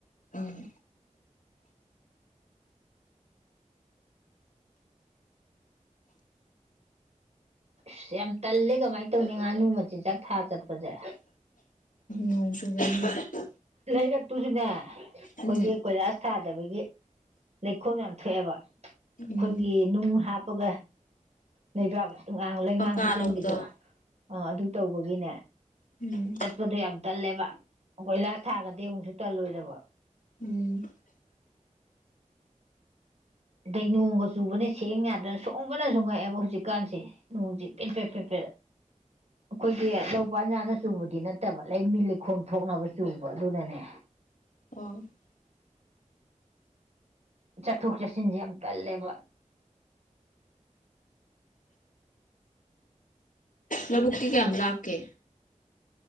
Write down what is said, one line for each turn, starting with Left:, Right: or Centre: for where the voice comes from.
Left: ꯎꯝ
Right: ꯑꯁ ꯌꯥꯝ ꯇꯜꯂꯦ ꯀꯃꯥꯏꯅ ꯇꯧꯅꯤ ꯉꯥꯅꯨ ꯃꯆꯤꯟꯖꯥꯛ ꯊꯥ ꯆꯠꯄꯁꯦ
Left: ꯅꯣꯡ <unintelligible>
Right: ꯂꯩꯔꯛꯇꯨꯁꯨꯅꯦ ꯑꯩꯈꯣꯏꯒꯤ
Left: ꯎꯝ
Right: ꯀꯣꯏꯂꯥꯁ ꯊꯥꯗꯕꯒꯤ ꯂꯩꯈꯣꯝ ꯌꯥꯝ ꯊꯣꯛꯑꯦꯕ ꯑꯩꯈꯣꯏꯒꯤ
Left: ꯎꯝ
Right: ꯅꯨꯡ ꯍꯥꯞ ꯍꯥꯄꯒ ꯂꯩꯕꯥꯛ ꯑꯉꯥꯡ ꯂꯩꯉꯥꯡ
Left: ꯄꯀꯥ
Right: ꯍꯩꯖꯤꯟꯕꯤꯗꯣ
Left: ꯂꯧꯕꯗꯣ
Right: ꯑꯥ ꯑꯗꯨ ꯇꯧꯕꯒꯤꯅꯦ
Left: ꯎꯝ
Right: ꯆꯠꯄꯗꯨꯣ ꯌꯥꯝ ꯇꯜꯂꯦꯕ ꯀꯣꯏꯂꯥꯁ ꯊꯥꯒꯗꯤ ꯑꯃꯨꯛꯁꯨ ꯇꯜꯂꯣꯏꯗꯕ
Left: ꯎꯝ
Right: ꯑꯗꯩ ꯅꯣꯡꯒ ꯆꯨꯕꯅ ꯁꯦꯡ ꯌꯥꯗꯕꯅꯥ ꯁꯣꯡꯕꯅꯁꯨ ꯉꯛꯑꯦꯕ ꯍꯧꯖꯤꯛꯀꯥꯟꯁꯦ ꯅꯣꯡꯖꯤ ꯄꯤ ꯄꯦ ꯄ ꯄꯦ ꯑꯩꯈꯣꯏꯒꯤ ꯂꯧ ꯄꯥꯟ ꯌꯥꯅꯕꯥ ꯆꯨꯕꯗꯤ ꯅꯠꯇꯕ ꯂꯝꯕꯤ ꯂꯩꯈꯣꯝ ꯊꯣꯛꯅꯕ ꯆꯨꯕ ꯑꯗꯨꯅꯅꯦ
Left: <unintelligible>
Right: ꯆꯠꯊꯣꯛ ꯆꯠꯁꯤꯟꯁꯦ ꯌꯥꯝ ꯇꯜꯂꯦꯕ
Left: ꯂꯕꯨꯛꯛꯇꯤ ꯀꯌꯥꯝ ꯂꯞꯀꯦ